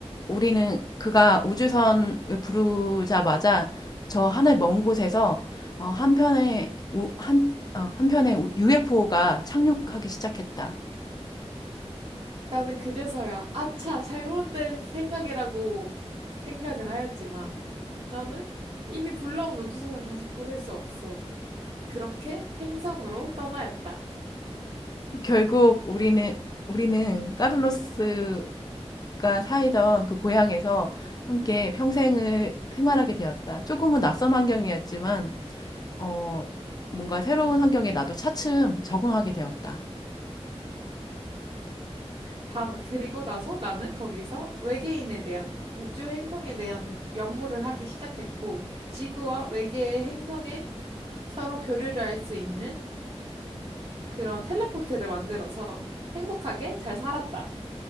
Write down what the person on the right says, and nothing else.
나는 그제서야 아차 잘못된 생각이라고 생각을 하였지만 나는 이미 불러온 우주선을 다시 보낼 수 없어. 그렇게 행성으로 떠나였다.
다 그리고 나서 나는 거기서 외계인에 대한 우주 행성에 대한 연구를 하기 시작했고 지구와 외계의 행성에 서로 교류를 할 수 있는 그런 텔레포트를 만들어서 행복하게 잘 살았다.